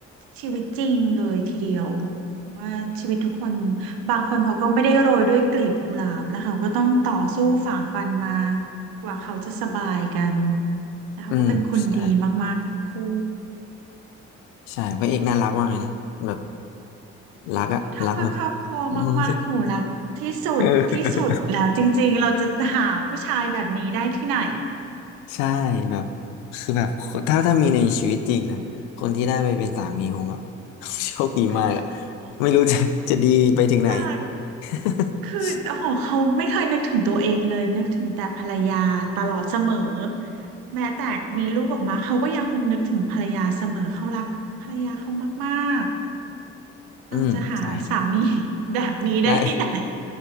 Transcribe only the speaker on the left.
อืมใช่ใช่พระเอกน่ารักมากเลยนะแบบรักอะรักแบบ
<laughs> เออ ใช่แบบคือแบบถ้าถ้ามีในชีวิตจริงนะคนที่ได้ไปเป็นสามีผมแบบ <laughs> โชคดีมากอะ
ไม่รู้จะ <laughs> จะดีไปถึงไหน
<laughs>
อืมใช่ครับ
ได้